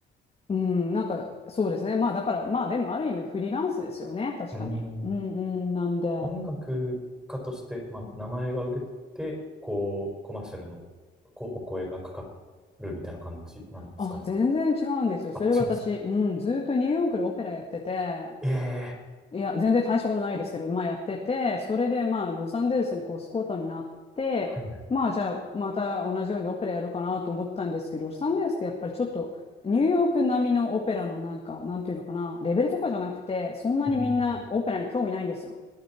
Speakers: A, on the left (about 30°); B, in the centre.
A: うん、なんかそうですね。まあだからまあでもある意味フリーランスですよね、確かに。
B: うんうーん。
A: うんうん、なんで。
B: 音楽家として、まあ名前が売れて、こう、コマーシャルのこうお声がかかるみたいな感じなんですかね。
A: あ、全然違うんですよ。それが私、
B: あ、違うんですか。
A: うん、ずっとニューヨークでオペラやってて、
B: ええ
A: いや、全然大したことないですけど、まあやってて、それでまあロサンゼルスに越すことになって、
B: ーはいはい
A: まあじゃあまた同じようにオペラやるかなと思ったんですけど、ロサンゼルスってやっぱりちょっとニューヨーク並みのオペラのなんか、なんていうのかな、レベルとかじゃなくて、そんなにみんなオペラに興味ないんですよ。
B: うーん。